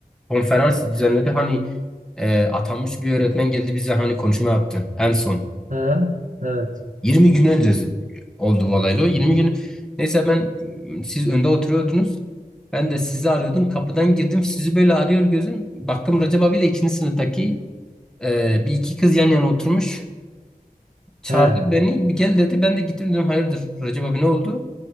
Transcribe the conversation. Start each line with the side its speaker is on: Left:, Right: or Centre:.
Centre: konferans düzenledi. Hani e, atanmış bir öğretmen geldi bize hani konuşma yaptı. En son.
Right: ha, evet.
Centre: 20 gün önce oldu bu olaylı. O 20 gün. Neyse ben siz önde oturuyordunuz. Ben de sizi arıyordum. Kapıdan girdim. Sizi böyle arıyor gözüm. Baktım Recep abiyle ikinci sınıftaki e, bir iki kız yan yana oturmuş. Çağırdı
Right: Ha,
Centre: beni. Bir gel dedi. Ben de gittim dedim. Hayırdır Recep abi ne oldu?